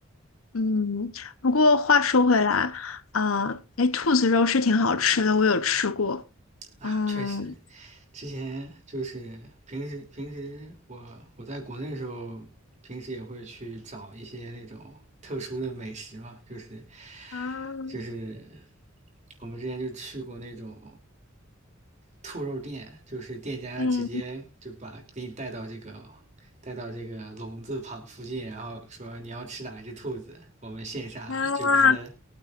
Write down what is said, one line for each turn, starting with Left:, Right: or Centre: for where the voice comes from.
Left: 嗯，不过话说回来，啊、哎，兔子肉是挺好吃的，我有吃过。
Right: 啊。
Left: 嗯
Right: 确实，之前就是平时平时我我在国内的时候，平时也会去找一些那种特殊的美食嘛，就是
Left: 啊，
Right: 就是我们之前就去过那种兔肉店，就是店家直接就把给你带到这个
Left: 嗯
Right: 带到这个笼子旁附近，然后说你要吃哪只兔子，我们线下就把它
Left: 啊，